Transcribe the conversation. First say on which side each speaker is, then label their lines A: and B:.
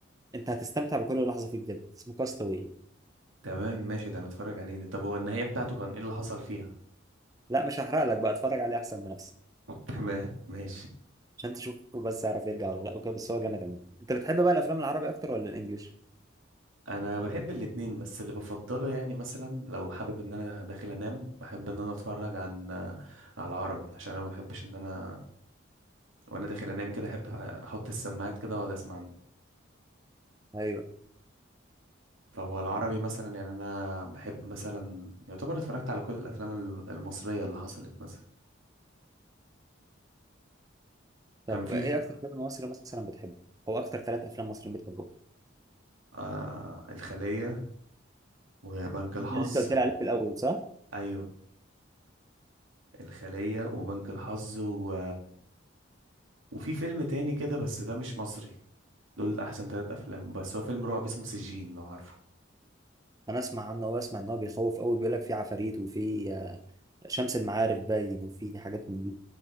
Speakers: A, on the right; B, on the right.
A: انت هتستمتع بكل لحظة فيه بجد اسمه كاستاوي
B: تمام ماشي ده نتفرج عليه ده طب هو النهاية بتاعته كان ايه اللي حصل فيها
A: لا مش هحرق لك بقى اتفرج عليه احسن من نفسك
B: <laughs> تمام ماشي
A: عشان تشوفه بس يعرف يرجع ولا لا وكده بس هو جامد قوي انت بتحب بقى الافلام العربي اكتر ولا الانجليش
B: انا بحب الاتنين بس اللي بفضله يعني مثلا لو حابب ان انا داخل انام بحب ان انا اتفرج عن على عربي عشان انا ما بحبش ان انا وانا داخل انام كده احب احط السماعات كده واقعد اسمع
A: ايوه
B: فهو العربي مثلا يعني انا بحب مثلا يعتبر اتفرجت على كل الافلام ال- المصريه اللي حصلت مثلا
A: طب
B: كان في
A: ايه
B: في-
A: اكتر فيلم مصري مثلا بتحبه او اكتر ثلاث افلام مصريين بتحبهم
B: آه الخليه وبنك الحظ
A: ده اللي انت قلت لي عليه في الاول صح
B: ايوه الخليه وبنك الحظ و وفي فيلم تاني كده بس ده مش مصري دول احسن ثلاث افلام بس هو فيلم رعب اسمه سجين لو عارفه
A: انا اسمع عنه او اسمع ان هو بيخوف قوي بيقول لك فيه عفاريت وفيه آه، شمس المعارف باين وفيه حاجات من دي